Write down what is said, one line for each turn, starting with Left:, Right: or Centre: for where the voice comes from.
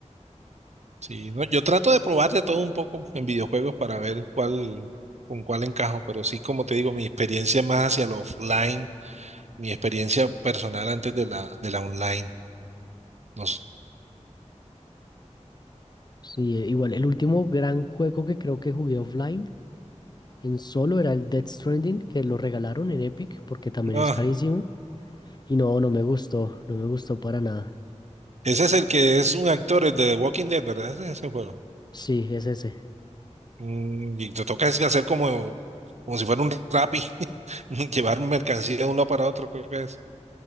Right: Sí, no, yo trato de probar de todo un poco en videojuegos para ver cuál, con cuál encajo, pero sí, como te digo, mi experiencia es más hacia lo offline, mi experiencia personal antes de la, de la online. No, s-
Left: Sí, eh, igual, el último gran juego que creo que jugué offline en solo era el Death Stranding, que lo regalaron en Epic porque también
Right: no,
Left: es carísimo. Y no, no me gustó, no me gustó para nada.
Right: Ese es el que es un actor, el de The Walking Dead, ¿verdad? Ese, ese juego.
Left: Sí, es ese.
Right: Mm, y te toca es hacer como, como si fuera un Rappi, <laughs> llevar mercancía de un lado para otro, creo que es.